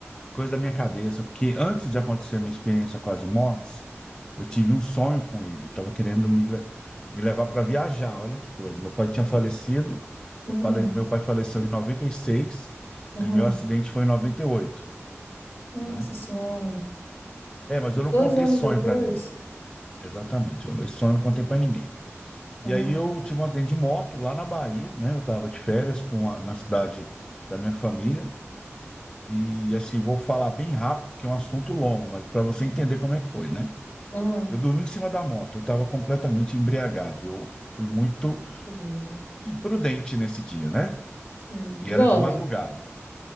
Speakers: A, on the left; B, on the left.
A: coisa da minha cabeça, porque antes de acontecer a minha experiência com as mortes, eu tive um sonho com ele. Eu estava querendo me, le- me levar para viajar, olha que coisa. Meu pai tinha falecido,
B: Uhum,
A: meu pai, meu pai faleceu em noventa e seis
B: uhum.
A: e meu acidente foi em noventa e oito
B: Nossa
A: né?
B: Senhora.
A: É, mas eu não
B: Dois
A: contei
B: anos
A: sonho
B: depois.
A: para ninguém. Exatamente, eu, esse sonho eu não contei para ninguém.
B: Uhum,
A: E aí eu tive um acidente de moto lá na Bahia, né? Eu estava de férias com a- na cidade da minha família. E assim, vou falar bem rápido, que é um assunto longo, mas para você entender como é que foi, né?
B: uhum.
A: Eu dormi em cima da moto, eu estava completamente embriagado. Eu fui muito
B: Que medo.
A: imprudente nesse dia, né?
B: Sim.
A: E
B: Jovem.
A: era de madrugada,